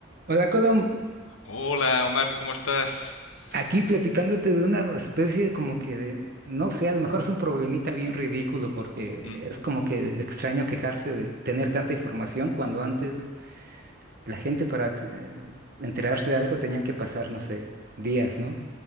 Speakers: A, on the right; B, on the left.
A: Hola, Colom.
B: Hola, Omar, ¿cómo estás?
A: Aquí platicándote de una especie como que de, no sé, a lo mejor es un problemita bien ridículo porque
B: Mm,
A: es como que extraño quejarse de tener tanta información cuando antes la gente para eh, enterarse de algo tenían que pasar, no sé, días, ¿no?